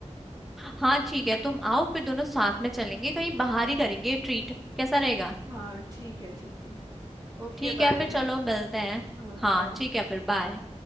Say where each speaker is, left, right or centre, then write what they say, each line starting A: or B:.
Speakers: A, in the centre; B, on the right.
A: हाँ ठीक है तुम आओ फिर दोनों साथ में चलेंगे कहीं बाहर ही करेंगे ट्रीट कैसा रहेगा
B: हाँ ठीक है ठीक है Okay
A: ठीक
B: bye
A: है फिर चलो मिलते हैं
B: हाँ
A: हाँ
B: बाय
A: ठीक है फिर बाय